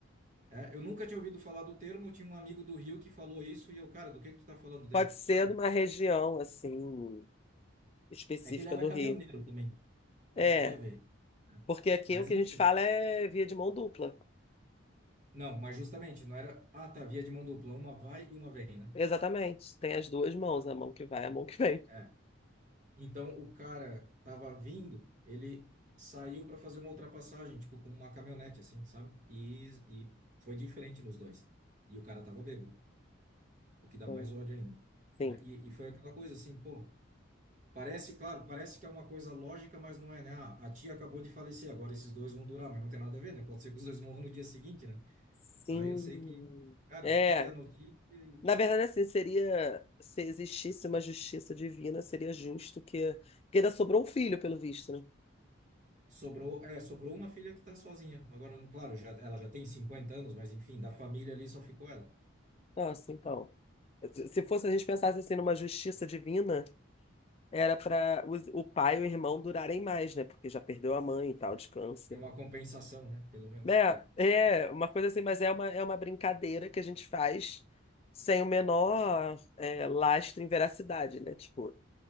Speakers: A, on the right; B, on the left.
A: É, eu nunca tinha ouvido falar do termo, tinha um amigo do Rio que falou isso, e eu, cara, do que que tu tá falando dele?
B: Pode ser
A: Cara,
B: de uma região, assim, específica
A: é que ele era
B: do
A: caminhoneiro
B: Rio.
A: também. Pode
B: É.
A: ter a ver. né?
B: Porque aqui
A: Mas
B: o que
A: enfim.
B: a gente fala é via de mão dupla.
A: Não, mas justamente, não era. Ah, tá, via de mão dupla, uma vai e uma vem, né?
B: Exatamente. Tem as duas mãos, a mão que vai e a mão que vem.
A: É. Então o cara tava vindo, ele saiu para fazer uma ultrapassagem, tipo com uma caminhonete, assim, sabe? E, e foi diferente nos dois. E o cara tava bêbado, o que dá
B: Então,
A: mais ódio ainda.
B: Sim.
A: né? E, e foi aquela coisa assim, pô. Parece, claro, parece que é uma coisa lógica, mas não é, né? Ah, a tia acabou de falecer, agora esses dois vão durar, mas não tem nada a ver, né? Pode ser que os dois morram no dia seguinte, né?
B: Sim.
A: Aí eu sei que, cara,
B: É.
A: tive a notícia e
B: Na verdade, assim, seria. Se existisse uma justiça divina, seria justo que. Porque ainda sobrou um filho, pelo visto, né?
A: sobrou, é, sobrou uma filha que tá sozinha. Agora, claro, já, ela já tem 50 anos, mas enfim, da família ali só ficou ela.
B: Nossa, então. Se se fosse a gente pensasse assim numa justiça divina, era para o pai e o irmão durarem mais, né? Porque já perdeu a mãe e tal, de câncer.
A: Tem uma compensação, né? Pelo menos.
B: É,
A: É.
B: é uma coisa assim, mas é uma, é uma brincadeira que a gente faz sem o menor é, lastro em veracidade, né? Tipo,